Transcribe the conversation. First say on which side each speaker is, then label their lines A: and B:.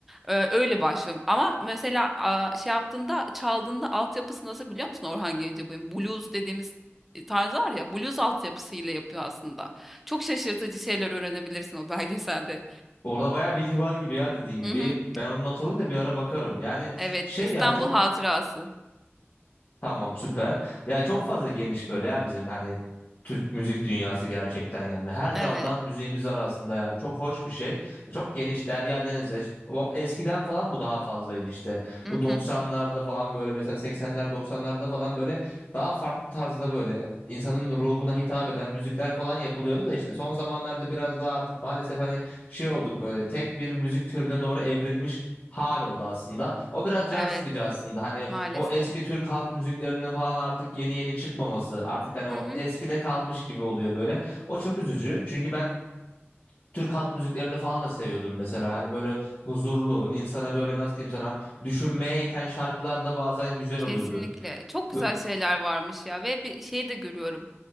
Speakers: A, in the centre; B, on the left.
A: Ee, öyle başlıyorum. Ama mesela a, şey yaptığında çaldığında altyapısı nasıl biliyor musun Orhan Gencebay'ın? Blues dediğimiz e, tarz var ya blues altyapısıyla yapıyor aslında. Çok şaşırtıcı şeyler öğrenebilirsin o <laughs> belgeselde.
B: Orada bayağı bilgi var gibi ya dediğin gibi.
A: Hı hı.
B: Ben onu not alayım da bir ara bakarım. Yani
A: Evet
B: şey
A: İstanbul
B: ya çok
A: Hatırası.
B: Tamam süper. Yani çok fazla geniş böyle ya bizim hani Türk müzik dünyası gerçekten yani. Her
A: Evet.
B: daldan müziğimiz arasında yani çok hoş bir şey. Çok geniş derya deniz. e, İşte o eskiden falan bu daha fazlaydı işte.
A: Hı
B: Bu
A: hı.
B: 90'larda falan böyle mesela 80'ler 90'larda falan böyle daha farklı tarzda böyle insanın ruhuna hitap eden müzikler falan yapılıyordu da işte son zamanlarda biraz daha artık maalesef hani şey olduk böyle tek bir müzik türüne doğru evrilmiş hal oldu aslında. O biraz can
A: Evet
B: sıkıcı aslında. Hani
A: maalesef.
B: o eski Türk halk müziklerinin falan artık yeni yeni çıkmaması. Artık hani o
A: Hı hı.
B: eskide kalmış gibi oluyor böyle. O çok üzücü. Çünkü ben Türk halk müziklerini falan da seviyordum mesela. Hani böyle huzurlu, insana böyle nasıl diyeyim sana düşünmeye iten şarkılar da bazen güzel
A: Kesinlikle.
B: oluyordu.
A: Çok güzel
B: Bö-
A: şeyler varmış ya ve bir şey de görüyorum.